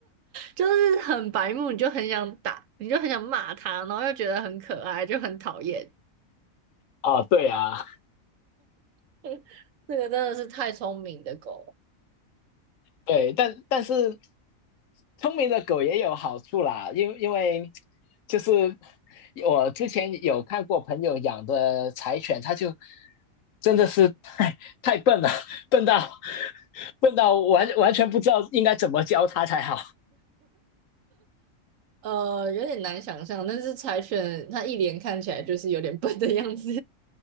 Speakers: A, on the right; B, on the left.
A: 就是很白目，你就很想打，你就很想骂它，然后又觉得很可爱，就很讨厌。
B: 啊，对啊。
A: <laughs> 这个真的是太聪明的狗，
B: 对，但但是聪明的狗也有好处啦，因为因为就是我之前有看过朋友养的柴犬，它就真的是太太笨了，笨到笨到完完全不知道应该怎么教它才好。
A: 呃，有点难想象，但是柴犬它一脸看起来就是有点笨的样子。